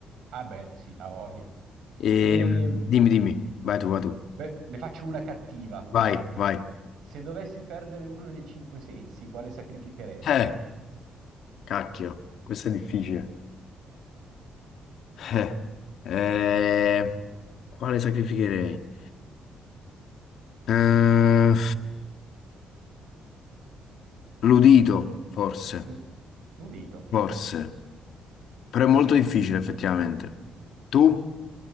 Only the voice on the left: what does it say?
E,
mh, dimmi, dimmi, vai tu, vai tu,
vai, vai.
Eh. Cacchio, questo è difficile. Eh, eh, quale sacrificherei? Eh, l'udito, forse,
forse. Però è molto difficile, effettivamente. Tu?